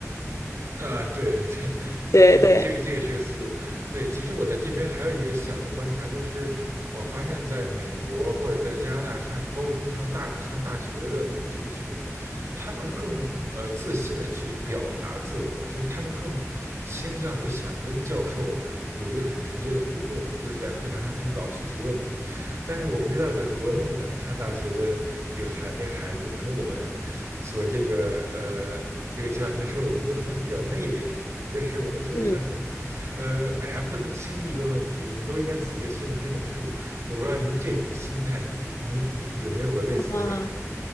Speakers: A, on the right; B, on the left.
A: 啊，对对，<laughs>
B: 对对。
A: 这这个这个是个思路。对，其实我在这边还有一个小的观察，就是我发现在美国或者在加拿大上高中、上大上大学的那就那群人，他们更呃自信的去表达自我，就是他们更倾向于想跟教授有一个很直接的互动，就是在课堂上他们老去提问题，但是我不知道在国内可能上大学的这个孩那个孩子，可能我们所这个呃这个就像您说的，我们都可能比较内敛，就是我们觉得可能
B: 嗯
A: 呃哎呀不能轻易问问题，我们都应该自己心里很有数。我不知道您这种心态，您您有没有过类似的感受？
B: 啊。